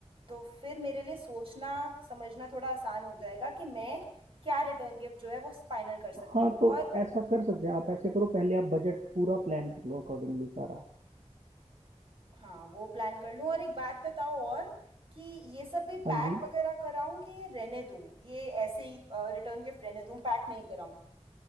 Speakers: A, on the right; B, on the right.
A: तो फिर मेरे लिए सोचना समझना थोड़ा आसान हो जाएगा कि मैं क्या रिटर्न गिफ्ट जो है वो फाइनल कर सकती
B: हाँ
A: हूँ और
B: तो ऐसा कर सकते हैं आप ऐसे करो पहले आप बजट पूरा प्लान कर लो अकॉर्डिंगली सारा
A: हाँ वो प्लान कर लूँ और एक बात बताओ और कि ये सब भी
B: हाँ
A: पैक
B: जी
A: वगैरह कराऊं कि ये रहने दूं ये ऐसे ही रिटर्न गिफ्ट रहने दूं पैक नहीं कराऊं